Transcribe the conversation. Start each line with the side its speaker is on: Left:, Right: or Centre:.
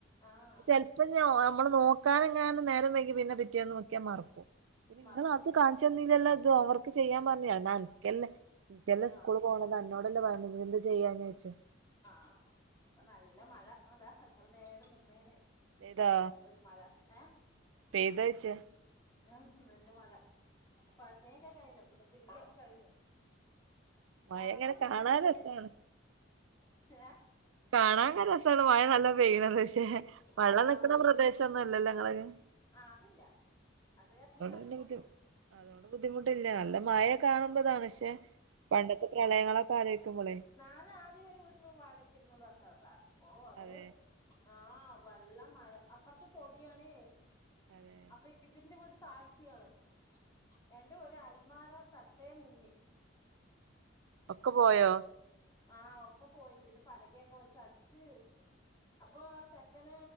Left: ആഹ്
Right: ചെൽ ഇപ്പഞ്ഞൊ നമ്മള് നോക്കാനെങ്ങാനും നേരം വൈകി പിന്നെ പിറ്റേന്ന് നോക്കിയ മറക്കും ങ്ങളത്
Left: മറക്കും
Right: കാ ച്ചന്നില്ലല്ലോ ഇത് ഓവർക്ക് ചെയ്യാൻ പർഞ് എടാ അൻക്കല്ലെ. ഇജല്ലേ സ്കൂള്
Left: ആഹ്
Right: പോണത് അന്നോടല്ലേ പറഞ്ഞു പിന്നെന്തെ ചെയ്യാന്ന് ചോയിച്ചു.
Left: ആഹ് ഇപ്പൊ നല്ല മഴ അതാ എത്ര നേരം നിന്നേനെ.
Right: ഇതോ.
Left: ഒരു മഴ ഏഹ്.
Right: പെയ്തോയ്ച്ച.
Left: ആഹ് നല്ല മഴ പണിയൊക്കെ കഴിഞ്ഞു പിന്നെ തിരുമ്പിയൊക്കെ കഴിഞ്ഞു.
Right: മഴ
Left: എപ്പളും
Right: ഇങ്ങനെ
Left: ചെയ്യ്ണ
Right: കാണാൻ
Left: പണിതന്നെ
Right: രസാണ്
Left: ഏഹ്.
Right: കാണാൻ ക്കെ രസാണ് മയ നല്ല പെയ്യണത് പക്ഷേ വെള്ളം
Left: ആഹ്
Right: നിക്കുന്ന പ്രദേശൊന്നുല്ലല്ലോ നിങ്ങളത്.
Left: ആഹ് അതില്ല അത് കാരണം രക്ഷപ്പെട്ടു.
Right: പിന്നെ ബുദ്ധി അതുകൊണ്ട് ബുദ്ധിമുട്ടില്ല നല്ല മയ കാണുമ്പതാണ് പക്ഷെ പണ്ടത്തെ. പ്രളയങ്ങളൊക്കെ ആലോയ്ക്കുമ്പളേ.
Left: ഞാന് ആദ്യം ഒരു വീട്ടന്ന് വാടകക്കിരുന്നത താതാ ഓ അത്.
Right: അതെ
Left: ആഹ് വള്ള മഴ അപ്പർത്ത് തൊടിയാണേ
Right: അതെ
Left: അപ്പയി ഇവിന്റെ വീട് താഴ്ച്ചയാണ് എന്റെ ഒരു അൽമാറ തട്ടേ മുങ്ങി.
Right: ഒക്കെ പോയോ
Left: ഏഹ് ആഹ് ഒക്കെ പോയി പിന്നെ പലകയൊക്കെ വെച് അട്ച്ച്. അപ്പൊ ചെക്കന്